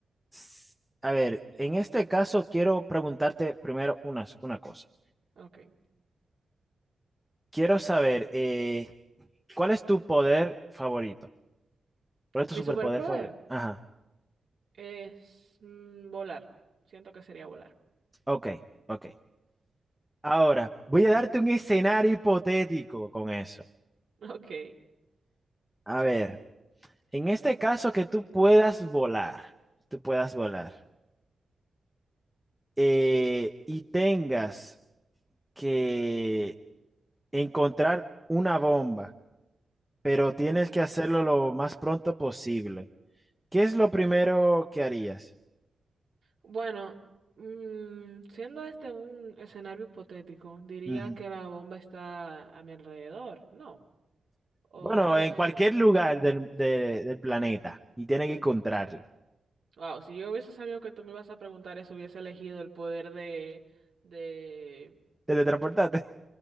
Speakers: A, in the centre; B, on the right.
A: s- a ver, en este caso quiero preguntarte primero unas una cosa.
B: Ok.
A: Quiero saber, eh, ¿cuál es tu poder favorito? ¿Cuál es tu
B: Mi
A: superpoder
B: superpoder
A: favorito? Ajá,
B: es mm, volar. Siento que sería volar.
A: ok, ok. Ahora, voy a darte un escenario hipotético con eso.
B: <laughs> Ok.
A: A ver, en este caso que tú puedas volar, tú puedas volar eh, y tengas que encontrar una bomba, pero tienes
B: Ok.
A: que hacerlo lo más pronto posible. ¿Qué es lo primero que harías?
B: Bueno, mm, siendo este un escenario hipotético, diría
A: Ujú.
B: que la bomba está a mi alrededor, ¿no? O
A: Bueno,
B: está lejos
A: en cualquier
B: de mí.
A: lugar del, de- del planeta y tienes que encontrarlo.
B: Wow, si yo hubiese sabido que tú me ibas a preguntar eso, hubiese elegido el poder de, de,
A: Teletransportarte. <laughs>